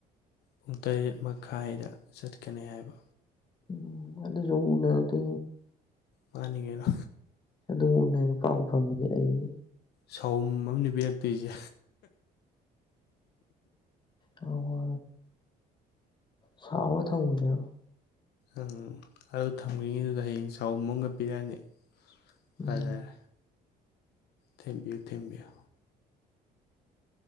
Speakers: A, on the left; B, on the left.
A: ꯄꯨꯡ ꯇꯔꯦꯠ ꯃꯈꯥꯏꯗ ꯆꯠꯀꯅꯤ ꯍꯥꯏꯕ
B: ꯎꯝ ꯑꯗꯨꯗꯁꯨ ꯎꯅꯔ ꯇ
A: ꯃꯥꯅꯤꯡꯉꯩꯅꯣ
B: ꯑꯗꯨꯝ ꯎꯅ ꯄꯥꯎ ꯐꯪꯉꯗꯤ ꯑꯩ
A: ꯁꯥꯎꯨꯝ ꯑꯃꯅꯦ ꯄꯤꯔꯛꯇꯣꯏꯁꯦ
B: ꯑ ꯁꯑꯣ ꯊꯝꯨꯅꯦꯕ
A: ꯎꯝ ꯑꯗꯨ ꯊꯝꯒ꯭ꯔꯤꯉꯤꯗꯨꯗ ꯍꯌꯦꯡ ꯆꯍꯨꯝꯃꯒ ꯄꯤꯔꯛꯑꯅꯤ
B: ꯎꯝ
A: ꯐꯖꯔꯦ ꯊꯦꯝꯕꯤꯌꯨ ꯊꯦꯡꯦꯝꯕꯤꯌꯨ